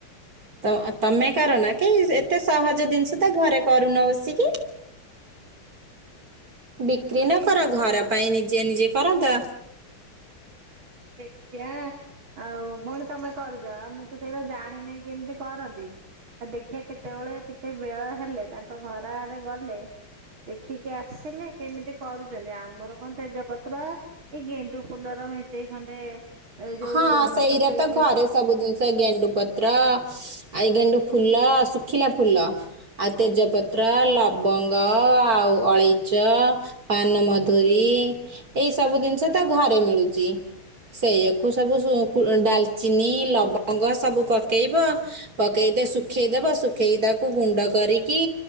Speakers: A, on the right; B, on the right.
A: ତ-ତମେ କର ନା କି ଏତେ ସହଜ ଜିନିଷ ତ ଘରେ କରୁନ ବସିକି।
B: କରି
A: ବିକ୍ରି ନ କର ଘର ପାଇଁ ନିଜେ ନିଜେ କରନ୍ତ।
B: ଦେଖିଆ। ଆଉ ଭୋଉଣୀ ତମେ କରୁଚ? ମୁଁ ତ ସେଇଉରା ଜାଣିନି କେମିତି କରନ୍ତି। ଆଉ ଦେଖିବା କେତେବେଳେ ଟିକେ ବେଳ ହେଲେ ତାଙ୍କ ଘର ଆଡେ ଗଲେ। ଦେଖିକି ଆସିଲେ କେମିତି କରୁଚନ୍ତି। ଆମର କଣ ତେଜପତ୍ର ଏଇ ଗେଣ୍ଡୁ ଫୁଲର ମେଞ୍ଚେଇ ଖଣ୍ଡେ ଏ ଯୋଉ
A: ହଁ ସେଇଟା
B: ଶୁକେଇକି
A: ତ ଘରେ ସବୁ ଜିନିଷ ଗେଣ୍ଡୁ ପତ୍ର ଆଇ ଗେଣ୍ଡୁ ଫୁଲ ଶୁଖିଲା ଫୁଲ। ଆଉ ତେଜପତ୍ର ଲବଙ୍ଗ ଆଉ ଅଳେଇଚ ପାନମଧୁରୀ ଏଇ ସବୁ ଜିନିଷ ତ ଘରେ ମିଳୁଚି। ସେଇଆକୁ ସବୁ ସୁ କୁ ଡାଲଚିନି ଲବଙ୍ଗ ସବୁ ପକେଇବ। ପକେଇ ତ ଶୁଖେଇଦବ ଶୁଖେଇ ତାକୁ ଗୁଣ୍ଡ କରିକି